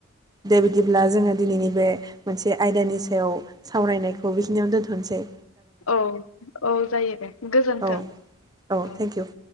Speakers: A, on the right (about 20°); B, on the left (about 75°).
A: दे बिदिब्ला जोङो दिनैनि बे मोनसे आयदानि सायाव सावरायनायखौ बेखिनियावनो दोनथ'नसै।
B: औ औ जायो दे गोजोन्थों।
A: औ
B: औ।
A: Thank you